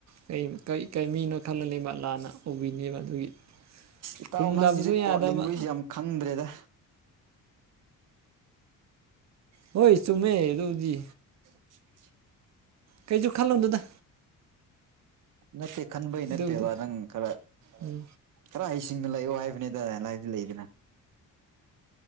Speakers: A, on the right; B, on the right.
A: ꯀꯩ ꯀꯩ ꯀꯩ ꯃꯤꯅꯣ ꯈꯜꯂꯅꯦꯕ ꯂꯥꯟꯅ ꯎꯕꯤꯅꯦꯕ ꯑꯗꯨꯒꯤ
B: ꯏꯇꯥꯎ
A: ꯈꯨꯝꯗꯕꯁꯨ
B: ꯅꯪꯁꯤꯗꯤ
A: ꯌꯥꯗꯕ
B: ꯀꯣꯠ ꯂꯤꯡꯒꯣꯏꯁ ꯌꯥꯝ ꯈꯪꯗ꯭ꯔꯦꯗ
A: ꯍꯣꯏ ꯆꯨꯝꯃꯦ ꯑꯗꯨꯗꯤ
B: <unintelligible>
A: ꯀꯩꯁꯨ ꯈꯜꯂꯨꯅꯨꯗ
B: ꯉꯁꯝ ꯈꯟꯕꯒꯤ ꯅꯠꯇꯦꯕ
A: ꯑꯗꯨꯕꯨꯗꯤ
B: ꯈꯟꯕꯩ ꯅꯪ ꯈꯔ
A: ꯎꯝ
B: ꯈꯔ ꯍꯩꯁꯤꯡꯅ ꯂꯩꯌꯣ ꯍꯥꯏꯕꯤꯅꯝꯗ ꯂꯩꯗꯅ